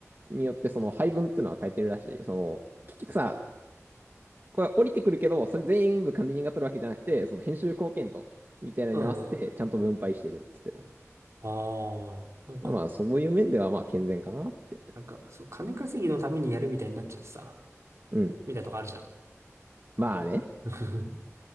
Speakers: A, on the right; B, on the right.
A: によってその配分っていうのは変えてるらしい。その、結局さ、これ降りてくるけど、それ全部管理人が取るわけじゃなくて、その編集貢献度みたいなのに合わせてちゃんと分配してるっつってた。
B: うん。ああ、なんか、
A: まあそういう面ではまあ健全かなって。
B: なんか、そう、金稼ぎのためにやるみたいになっちゃってさ、
A: うん。
B: みたいなとこあるじゃん。
A: まあね。
B: <laughs>